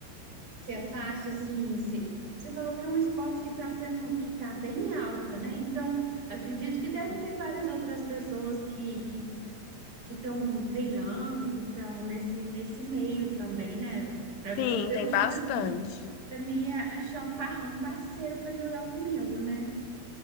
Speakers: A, on the right; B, on the left.
A: se é fácil assim? se- você falou que é um esporte que está sendo que está bem alta, né? Então acredito que deve
B: Sim.
A: ter várias outras pessoas que que que estão treinando, que estão nesse, nesse meio também, né? Pra,
B: Sim,
A: eu, eu
B: tem
A: digo
B: bastante.
A: assim, para mim é achar um, par, um parceiro para jogar comigo, né?